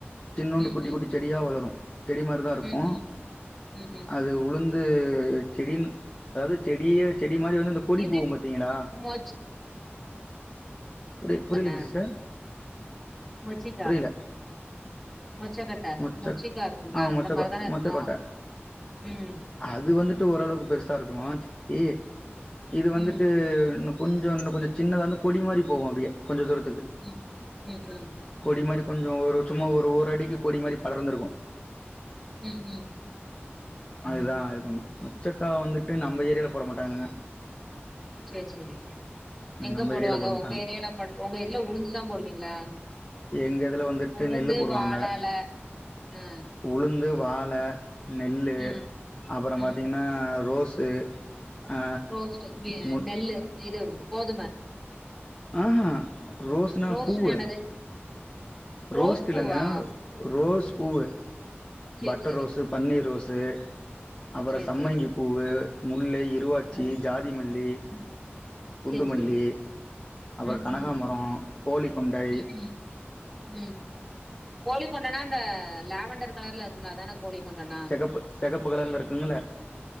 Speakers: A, on the left (about 25°); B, in the centre.
A: சின்னூண்டு
B: ம்,
A: குட்டி குட்டி
B: ம்,
A: செடியா வளரு செடி மாரிதாருக்கு
B: ம், ம், ம், ம்.
A: அது ஒன்னு து செடின் அதாது செடியே செடி மாரி வந்து இந்த கொடி
B: இது
A: போகும் பாத்தீங்ளா
B: மொச்ச
A: புரி புரிலங்க
B: தான?
A: சிஸ்டர்
B: மொச்சிக்கா,
A: புரில
B: மொச்சக்கட்ட,
A: மொச்சக்
B: மொச்சிக்கா இருக்கும்ல,
A: ஆ
B: அந்த
A: மொச்சக்
B: மாரி
A: கொ
B: தான இருக்கும்.
A: மொச்சக்கொட்ட
B: ம்
A: அது வந்துட்டு ஓரளவுக்கு பெருசா இருக்கு ஏ இது வந்துட்டு
B: ம்,
A: இன்னு கொஞ்சோ இன்னு கொஞ்சோ சின்னதா வந்து கொடி மாரி போகு அப்டியே கொஞ்சோ தூரத்துக்கு
B: ம், ம், ம்,
A: கொடி மாரி கொஞ்சோ ஒரு சும்மா ஒரு ஒரு அடிக்கு கொடி மாரி படர்ந்துருக்கு
B: ம் ம்
A: அதுதா இது பண்ணு மொச்சக்கா வந்துட்டு நம்ப ஏரியால போட மாட்டாங்கங்க
B: செர் செரி எங்க
A: நம்ம
B: போடுவாங்க
A: ஏரியால போட மாட்டாங்க
B: உங்க ஏரியால பட் உங்க இதுல உளுந்துதா போடுவீங்ளா
A: எங்க இதுல வந்துட்டு
B: உளுந்து
A: நெல்லு போடுவாங்க
B: வாழேல ஆ
A: உளுந்து வாழ நெல்லு
B: ம்
A: அப்புறம்
B: ம்
A: பாத்தீங்கன்னா ரோஸ்சு ஆ
B: ரோஸ்ட் பி
A: மு
B: நெல்லு இது கோதும
A: ஆஹா ரோஸ்னா
B: ரோஸ்ட்னா
A: பூவு
B: என்னது ரோஸ்
A: ரோஸ்ட்
B: பூவா
A: இல்லங்க ரோஸ் பூவு
B: சேரி
A: பட்டர்
B: சேரி
A: ரோஸு பன்னீர் ரோஸு அப்புற
B: சேரி
A: சம்மங்கி
B: சேரி
A: பூவு முல்லை இருவாச்சி
B: ம்
A: ஜாதிமல்லி
B: ம்
A: குண்டுமல்லி
B: சேரி சேரி
A: அப்புறோ
B: ம்
A: கனகாமரோ
B: ம்
A: கோழிக்கொண்டை
B: ம் ம் ம் கோழி கொண்டனா அந்த லாவண்டர் கலர்ல இருக்மே அதான கோழி கொண்டனா
A: செகப்பு செகப்பு கலர்ல இருக்குங்ள